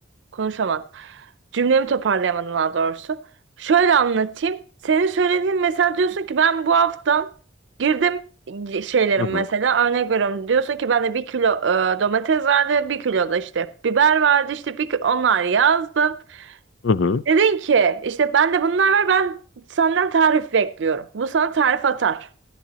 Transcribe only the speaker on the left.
Hı hı.
Hı hı.